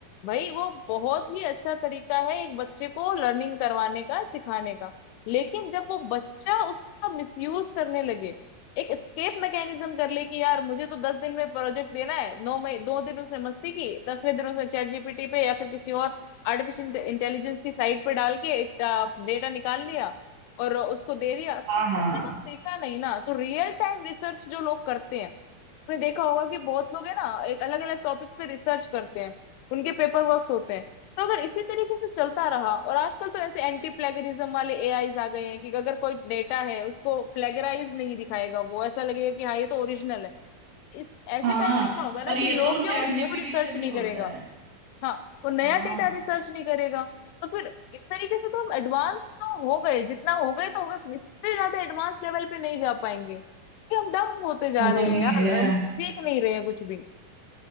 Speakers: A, on the left; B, on the right.
A: भाई वो बहुत ही अच्छा तरीका है एक बच्चे को लर्निंग करवाने का सिखाने का लेकिन जब वो बच्चा उसका मिसयूज करने लगे एक स्केप मैकेनिज्म कर ले कि यार मुझे तो दस दिन में प्रोजेक्ट देना है नौ मई दो दिन उसने मस्ती की दसवें दिन उसने चैट जीपीटी पे या फिर किसी और आर्टिफिशियल इंटेलिजेंस की साइट पे डाल के एक डेटा निकाल लिया और उसको दे दिया तो
B: हाँ हाँ
A: उसने कुछ सीखा नहीं ना तो रियल टाइम रिसर्च जो लोग करते हैं आपने देखा होगा कि बहुत लोग है ना एक अलग अलग टॉपिक्स पे रिसर्च करते हैं उनके पेपर वर्क्स होते हैं तो अगर इसी तरीके से चलता रहा और आजकल तो ऐसे एंटी प्लेगरिज्म वाले एआईज आ गए हैं कि अगर कोई डेटा है उसको प्लेगराइज नहीं दिखाएगा वो ऐसा लगेगा कि हाँ ये तो ओरिजिनल है इस ऐसे
B: हाँ
A: टाइम में क्या होगा ना
B: और
A: कि
B: ये
A: लोग
B: तो
A: जो
B: चैट
A: न्यू
B: जीपीटी
A: रिसर्च
B: से भी
A: नहीं
B: होता
A: करेगा
B: है
A: हाँ वो नया
B: हाँ
A: डेटा रिसर्च नहीं करेगा तो फिर इस तरीके से तो हम एडवांस तो हो गए जितना हो गए तो हो गए पर इससे ज्यादा एडवांस लेवल पे नहीं जा पाएंगे कि हम डम होते जा रहे
B: वही
A: हैं यार
B: है
A: हम सीख नहीं रहे हैं कुछ भी